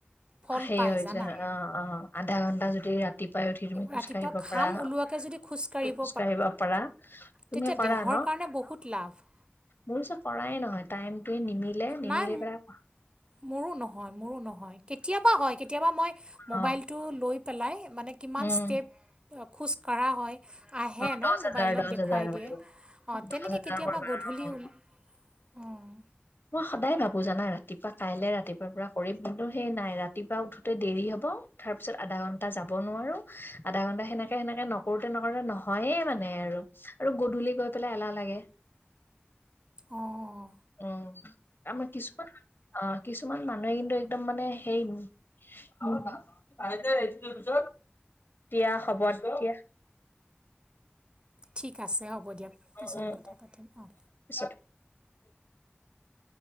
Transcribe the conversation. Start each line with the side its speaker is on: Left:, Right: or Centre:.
Right: ফল
Left: সেই
Right: পায়
Left: হৈ
Right: জানা
Left: যায়। অঁ অঁ। আধা ঘন্টা যদি ৰাতিপুৱাই উঠি তুমি খোজ
Right: ৰাতিপুৱা
Left: কাঢ়িব
Right: ঘাম
Left: পাৰা,
Right: ওলোৱাকৈ যদি খোজকাঢ়িব
Left: খোজ কাঢ়িব পাৰা- তুমি
Right: তেতিয়া
Left: কৰা
Right: দেহৰ
Left: ন?
Right: কাৰণে বহুত লাভ।
Left: মোৰ পিছে কৰাই নহয়। টাইমটোৱে নিমিলে নিমিলি
Right: নাই
Left: পেলাই-
Right: মোৰো নহয় মোৰো নহয় কেতিয়াবা হয়, কেতিয়াবা মই মোবাইলটো
Left: অ'
Right: লৈ পেলাই মানে- কিমান
Left: উম,
Right: ষ্টেপ খোজ কঢ়া হয়, আহে
Left: অ, দহ
Right: ন
Left: হাজাৰ
Right: মোবাইলত
Left: দহ
Right: দেখুৱাই
Left: হাজাৰ কৰিব,
Right: দিয়ে। অঁ
Left: দহ
Right: তেনেকে
Left: হাজাৰ
Right: কেতিয়াবা
Left: কৰিবা
Right: গধূলি-
Left: অ'।
Right: অঁ
Left: মই সদায় ভাবো জানা ৰাতিপুৱা- কাইলে ৰাতিপুৱাৰ পৰা কৰিম। কিন্তু সেই নাই ৰাতিপুৱা উঠোতে দেৰি হব উঠাৰ পিছত আধা ঘণ্টা- তা যাব নোৱাৰোঁ। আধা ঘন্টা, সেনেকে সেনেকে নকৰোতে নকৰোতে নহয়ে মানে আৰু। আৰু গধূলি গৈ- পেলাই এলাহ লাগে।
Right: অঁ অ।
Left: উম' আমাৰ কিছুমান অঁ কিছুমান মানুহে কিন্তু একদম মানে হেৰি- দিয়া হ'ব, দিয়া।
Right: ঠিক আছে হ'ব দিয়া। পিছত
Left: উম,
Right: কথা পাতিম অঁ।
Left: পিছত।